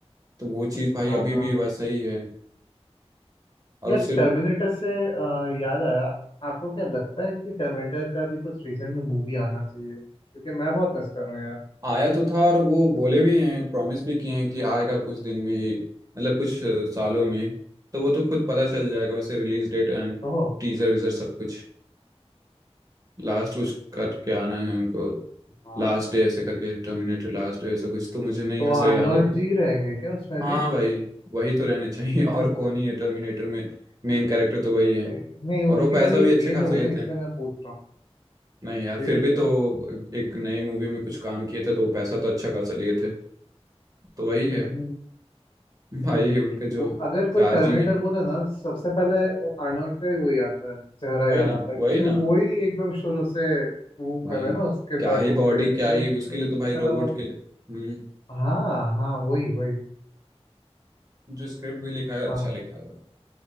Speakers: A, on the right; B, on the left.
A: तो वो चीज़ भाई
B: हाँ
A: अभी
B: हाँ
A: भी
B: हाँ
A: वैसा ही है और
B: यार
A: उससे
B: टर्मिनेटर से अ, याद आया आपको क्या लगता है कि टर्मिनेटर का भी कुछ रिसेंट में मूवी आना चाहिए क्योंकि मैं बहुत मिस कर रहा हूँ यार
A: आया तो था और वो बोले भी हैं प्रॉमिस भी किए हैं कि आएगा कुछ दिन में ही मतलब कुछ अ, सालों में तो वो तो खुद पता चल जाएगा वैसे रिलीज डेट एंड
B: ओहो
A: टीजर वीजर सब कुछ लास्ट कुछ करके आना है उनको
B: हाँ
A: लास्ट डे ऐसे करके टर्मिनेटर लास्ट डे ऐसा कुछ तो मुझे नहीं
B: तो
A: वैसा
B: आर्नोल्ड
A: याद है
B: जी रहेंगे क्या उसमें
A: हाँ
B: भी
A: भाई वही तो रहने चाहिए <laughs> और कौन ही है टर्मिनेटर में मेन
B: हम्म,
A: कैरेक्टर तो वही है
B: सही नहीं उनकी
A: और वो पैसा
B: अभी
A: भी अच्छे
B: एज
A: खासा
B: हो गई
A: लेते
B: ना इसलिए
A: हैं
B: मैं पूछ रहा
A: नहीं यार
B: हूँ
A: फिर
B: जी
A: भी तो एक नई मूवी में कुछ काम किए थे तो वो पैसा तो अच्छा खासा लिए थे तो वही है
B: जी
A: भाई उनके
B: वो
A: जो
B: अगर
A: चार्जिंग
B: कोई टर्मिनेटर
A: है
B: बोले ना सबसे पहले वो आर्नोल्ड का ही वही आता है चेहरा
A: वही
B: याद
A: ना
B: आता है
A: वही
B: कि वही
A: ना
B: एकदम शुरू से वो
A: भाई
B: कर रहे हैं ना उस किरदार
A: क्या ही
B: को
A: बॉडी
B: प्ले तो
A: क्या ही
B: उससे
A: उसके
B: उनका
A: लिए तो भाई रोबोट
B: था वो-
A: के लिए हम्म
B: हाँ हाँ वही वही
A: जो स्क्रिप्ट भी लिखा है
B: हाँ
A: अच्छा लिखा है